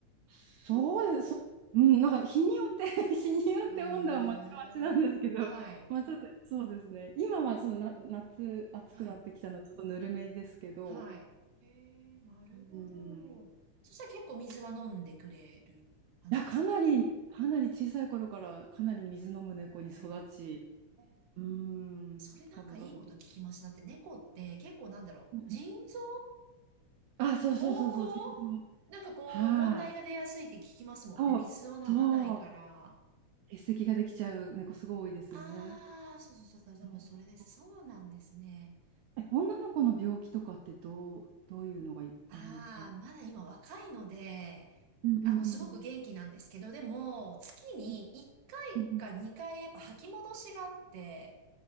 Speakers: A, on the right; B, on the right.
A: そうです、
B: の、
A: そう、うん、なんか日によって <laughs> 日によって温度はまちまちなんですけど、
B: へえ、はい、
A: <laughs> まあ、ちょっとそうですね、今はちょっとな夏、暑くなってきたので、
B: はい、
A: ちょっとぬるめですけど、
B: はい。へえ、なるほど。
A: うん、い
B: そしたら結構水は飲んでくれる感じですか
A: や、かなり、かなり小さい頃からかなり水飲む猫に育ち、
B: へえ、
A: うん、
B: それなんかいいこと聞きました。
A: ガブガブ。
B: だって猫って結構なんだろう、
A: うん
B: 腎臓
A: あ、そうそうそうそう、
B: 膀胱なんかこう、
A: 自分はい、
B: 問題が出やすいって聞きますもんね。
A: そう、
B: 水を飲まないから。
A: そう、結石ができちゃう猫、すごい多いですよね。
B: ああ、そうそうそう、多分それです。
A: そう
B: そうなんですね。
A: え女の子の病気とかってどう、どういうのがいあるんですかね。
B: ああ、まだ今若いので、
A: うんうんうんうん。
B: あの、すごく元気なんですけど、でも、月に1回か2回やっぱ吐き戻しがあって、
A: うんうん